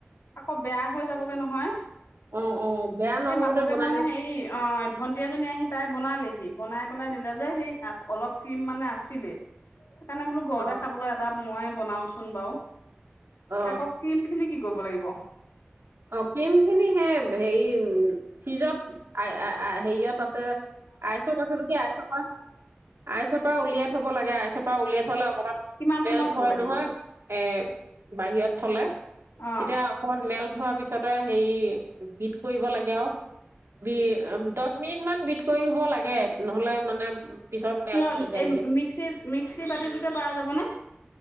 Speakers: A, on the left; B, on the right.
A: আকৌ বেয়া হৈ যাবগে নহয়।
B: অ, অ, বেয়া নহওঁতে
A: এ মাজতে
B: বনাই
A: মানে
B: পেল
A: হেৰি অ, ভন্টি এজনী আহি তাই বনালেহি, বনাই পেলাই দিলে যে সেই আক অলপ ক্ৰীম মানে আছিলে। সেইকাৰণে বোলো ঘৰতে
B: অ
A: খাবলৈ এটা মই বনাওচোন বাৰু।
B: অ
A: আকৌ ক্ৰীম খিনি কি ল'ব লাগিব।
B: অ, ক্ৰীম খিনি সেই হেৰি উম। ফ্ৰিজত, আই আ আই হেৰিয়ত আছে, আইচত আছে যদি আইচৰ ল আইচৰ পৰা উলিয়াই থ'ব লাগে আইচৰ পৰা উলিয়াই থ'লে অকমান
A: কিমান
B: <unintelligible>
A: সময়ত হ'ব লাগিব?
B: নহয় এ বাহিৰত থ'লে,
A: অঁ
B: তেতিয়া অকমান মেল থোৱাৰ পিছতে হেৰি, বিট কৰিব লাগে আৰু, বি দচ মিনিট মান বিট কৰিব লাগে নহলে মানে পিছত মেল্ট
A: কিহত
B: হৈ যায়গে।
A: এই মিক্সিত মিক্সি বাতিটোতে পাৰা যাবনে?